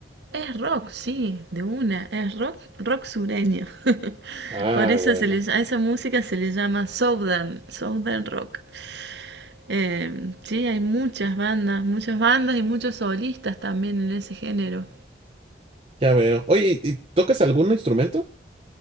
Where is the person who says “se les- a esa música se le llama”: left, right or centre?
Right